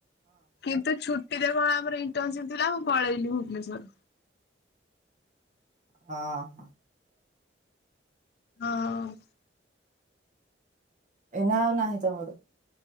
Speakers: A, on the left (about 60°); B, on the right (about 45°).
A: କିନ୍ତୁ ଛୁ ଟିକେ କଣ ଆମର ଇଣ୍ଟର୍ନସିପ ଥିଲା ମୁଁ ପଳେଇଲିି ଭୁବନେଶ୍ଵର।
B: ହଁ ହ
A: ହଁ
B: ଏଇନା ଆଉ ନାହିଁ ତମର?